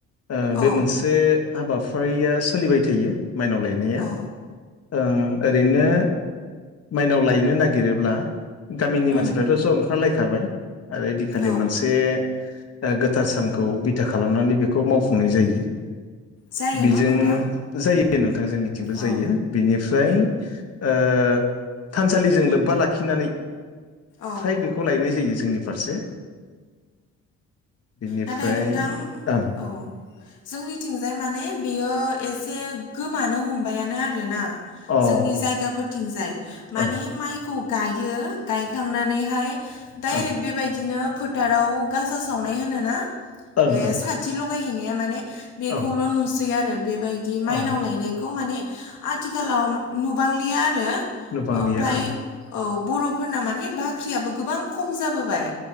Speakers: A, on the left; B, on the left.
A: ओह बे
B: औ
A: मोनसे हाबाफारिया सोलिबाय थायो माइनाव लायनाया।
B: औ
A: ओं ओरैनो माइनाव लायनो नागिरोब्ला गामिनि
B: उम
A: मानसिफ्राथ' ज' ओंखारलायखाबाय आरो ओइदिनखालि
B: औ
A: मोनसे ओह गोथार सानखौ बिथा खालामनानै बेखौ मावफुंनाय जायो।
B: जायो
A: बेजों
B: न' नोंथां?
A: जायो नोंथां जोंनिथिंबो जायो
B: औ
A: बेनि फ्राय ओ थानसालिजों लोब्बा लाखिनानै
B: औ
A: फ्राय बेखौ लायनाय जायो जोंनि फारसे। बिनिफ्राय
B: नाथाय नोंथां
A: ओं
B: औ। जोंनिथिंजाय माने बेयो एसे गोमानो हमबायानो आरोना।
A: अ
B: जोंनि जायगाफोरथिंजाय माने
A: ओं
B: माइखौ गायो गायखांनानैहाय डाइरेक्ट
A: ओं
B: बेबायदिनो थाराव गासा सावनाय होनोना
A: ओं
B: बे
A: ओं
B: साथि लगायहैनाया माने बेखौल'
A: औ
B: नुसै आरो बेबायदि माइनाव
A: औ
B: लायनायखौ माने आथिखालाव नुबांलिया आरो
A: नुबांलिया
B: ओमफाय
A: ओं
B: औ। बर'फोरना माने बाख्रियाबो गोबां खम जाबोबाय